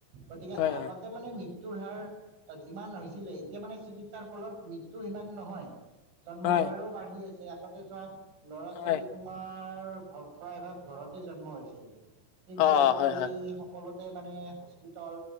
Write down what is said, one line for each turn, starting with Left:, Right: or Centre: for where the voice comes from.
Right: গতিকে
Left: হয়
Right: আগতে
Left: হয়
Right: মানে মৃত মৃত্যুৰ হাৰ যিমান হৈছিলে এতিয়া মানে চিকিৎসাৰ ফলত মৃত্যু সিমান নহয়। জন্মৰ
Left: হয়
Right: হাৰও বাঢ়ি আছে আগতে ধৰ ল'ৰা-
Left: হয়
Right: ছোৱালী তোমাৰ প্ৰায় ভাগ ঘৰতে জন্ম হৈছিল কিন্তু
Left: অ
Right: আজিকালি
Left: হয় হয়
Right: সকলো মানে হস্পিতাল